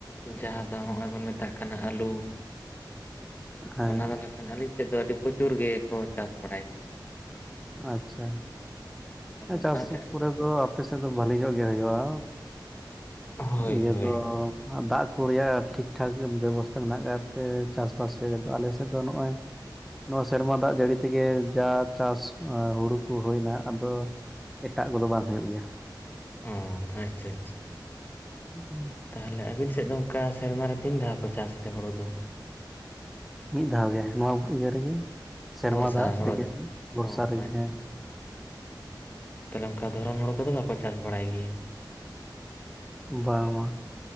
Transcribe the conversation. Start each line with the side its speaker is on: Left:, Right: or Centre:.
Left: ᱡᱟᱦᱟᱸ ᱫᱚ ᱱᱚᱜᱼᱚᱭ ᱵᱚᱱ ᱢᱮᱛᱟᱜ ᱠᱟᱱᱟ ᱟᱹᱞᱩ
Centre: ᱦᱮᱸ
Left: ᱚᱱᱟ ᱫᱚ ᱟᱹᱞᱤᱧ ᱥᱮᱫ ᱫᱚ ᱟᱹᱰᱤ ᱯᱨᱚᱪᱩᱨ ᱜᱮᱠᱚ ᱪᱟᱥ ᱵᱟᱲᱟᱭ ᱜᱮᱭᱟ᱾
Centre: ᱟᱪᱪᱷᱟ
Left: ᱟᱫᱚ
Centre: ᱪᱟᱥ
Left: ᱚᱱᱟᱛᱮ
Centre: ᱠᱚᱨᱮ ᱫᱚ ᱟᱯᱮ ᱥᱮᱫ ᱫᱚ ᱵᱷᱟᱞᱤ ᱧᱚᱜ ᱜᱮ ᱦᱩᱭᱩᱜᱼᱟ
Left: ᱦᱳᱭ
Centre: ᱤᱭᱟᱹ
Left: ᱦᱳᱭ
Centre: ᱫᱚ ᱫᱟᱜ ᱠᱚ ᱨᱮᱭᱟᱜ ᱴᱷᱤᱠ ᱴᱷᱟᱠ ᱵᱮᱵᱚᱥᱛᱷᱟ ᱢᱮᱱᱟᱜ ᱟᱠᱟᱫᱟᱛᱮ ᱪᱟᱥᱵᱟᱥ ᱨᱮᱫᱚ ᱟᱞᱮ ᱥᱮᱫ ᱫᱚ ᱱᱚᱜᱼᱚᱭ ᱱᱚᱣᱟ ᱥᱮᱨᱢᱟ ᱫᱟᱜ ᱡᱟᱹᱲᱤ ᱛᱮᱜᱮ ᱡᱟ ᱪᱟᱥ ᱦᱩᱲᱩ ᱠᱚ ᱦᱩᱭᱱᱟ ᱟᱫᱚ ᱮᱴᱟᱜ ᱠᱚᱫᱚ ᱵᱟᱝ ᱦᱩᱭᱩᱜ ᱜᱮᱭᱟ
Left: ᱚ ᱟᱪᱪᱷᱟ ᱟᱪᱪᱷᱟ
Centre: <unintelligible>
Left: ᱛᱟᱦᱞᱮ ᱟᱹᱵᱤᱱ ᱥᱮᱫ ᱫᱚ ᱚᱱᱠᱟ ᱥᱮᱨᱢᱟ ᱨᱮ ᱛᱤᱱ ᱫᱷᱟᱣ ᱠᱚ ᱪᱟᱥ ᱛᱮ ᱦᱳᱲᱩ ᱫᱚ?
Centre: ᱢᱤᱫ ᱫᱷᱟᱣ ᱜᱮ ᱱᱚᱣᱟ ᱤᱭᱟᱹ ᱨᱮᱜᱮ ᱥᱮᱨᱢᱟ
Left: ᱵᱚᱨᱥᱟ
Centre: ᱫᱟᱜ
Left: ᱦᱳᱲᱳ
Centre: ᱛᱮᱜᱮ ᱵᱚᱨᱥᱟ
Left: ᱚ
Centre: ᱨᱮᱜᱮ
Left: ᱛᱟᱦᱞᱮ ᱚᱱᱠᱟ ᱫᱷᱚᱨᱚᱱ ᱦᱳᱲ ᱠᱚᱫᱚ ᱵᱟᱠᱚ ᱪᱟᱥ ᱵᱟᱲᱟᱭ ᱜᱮᱭᱟ
Centre: ᱵᱟᱝ ᱵᱟᱝ